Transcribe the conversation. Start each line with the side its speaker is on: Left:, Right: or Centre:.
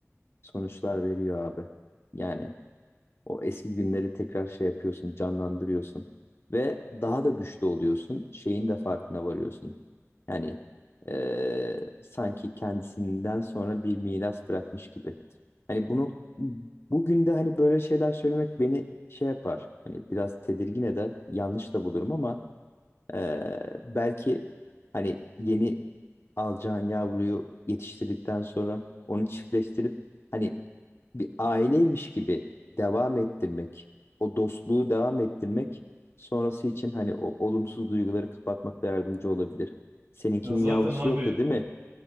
Left: sonuçlar veriyor abi. Yani o eski günleri tekrar şey yapıyorsun, canlandırıyorsun. Ve daha da güçlü oluyorsun. Şeyin de farkına varıyorsun. Yani eee, sanki kendisinden sonra bir miras bırakmış gibi. Hani bunu bugün de hani böyle şeyler söylemek beni şey yapar. Hani biraz tedirgin eder. Yanlış da bulurum ama eee, belki hani yeni alacağın yavruyu yetiştirdikten sonra onu çiftleştirip hani bir aileymiş gibi devam ettirmek, o dostluğu devam ettirmek sonrası için hani o olumsuz duyguları kapatmakta yardımcı olabilir. Seninkinin
Right: Ya zaten
Left: yavrusu
Right: abi
Left: yoktu değil mi?